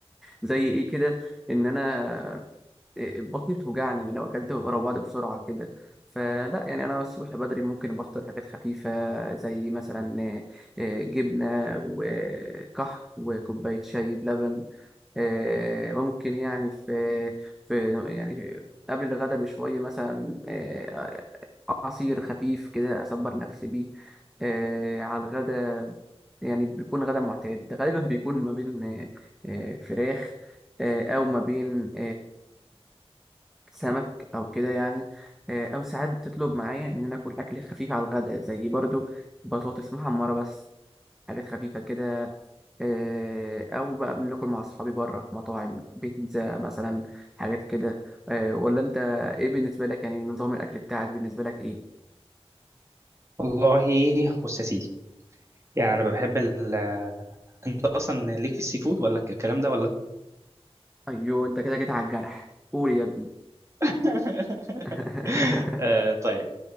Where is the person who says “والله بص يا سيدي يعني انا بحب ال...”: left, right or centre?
Right